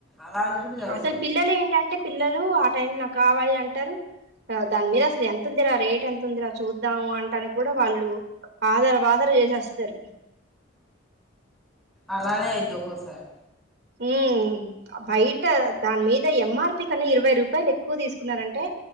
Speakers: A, in the centre; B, on the right.
A: అలాంటివి కూడా జరుగుతాయి
B: అసలు పిల్లలేంటంటే పిల్లలు ఆ టైం నాక్ కావాలి అంటరు ఆ దాని మీద అసలు ఎంతుందిరా రేట్ ఎంతుందిరా చూద్దాము అంటానికి గ్గుడ వాళ్ళు ఆదర బాదర జేసేస్తరు
A: అలానే అయిద్ది ఒక్కోసారి
B: మ్మ్ బయట దాని మీద ఎం ఆర్ పి కన్నా ఇరవై రూపాయలు ఎక్కువ తీసుకున్నారంటే